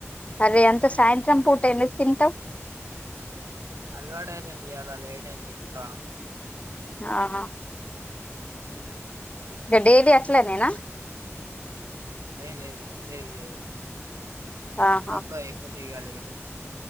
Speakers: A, on the left; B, on the right.
A: సరే అంత సాయంత్రం పూట ఎందుకు తింటావు
B: అలవాటు అయిపోయింది ఇయ్యాల లెట్ అయిపోయేది ఇంకా
A: ఆా
B: హ
A: ఇగ డైలీ అట్లనేనా
B: అ లేదు లేదు లేదు
A: ఆహా
B: అప్పుడప్పుడు ఏ ప దిగ లేట్